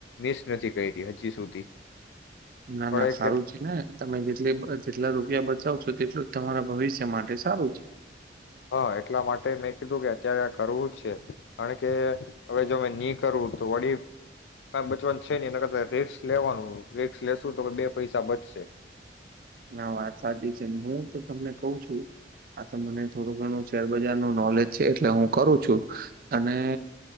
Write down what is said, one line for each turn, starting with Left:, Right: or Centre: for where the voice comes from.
Left: મિસ નથી કરયી હજી સુધી.
Right: ના
Left: પણ
Right: ના
Left: એ
Right: સારું
Left: કેટ
Right: છે ને તમે જેટલી જેટલા રૂપિયા બચાવ તો તેટલું જ તમારા ભવિષ્ય માટે સારું છે.
Left: હા એટલા માટે મેં કીધું કે અત્યારે આ કરવું જ છે. કારણ કે હવે જો મે નહી કરવું તો વડીલ ક બચવાન છે નહી એના કરતા રિસ્ક લેવાનું રિસ્ક લેશું તો કે બે પૈસા બચશે.
Right: ના વાત સાચી છે હું તો તમને કહું છું આ તો મને થોડું ઘણું શેરબજાર નું નોલેજ છે એટલે હું કરું છું અને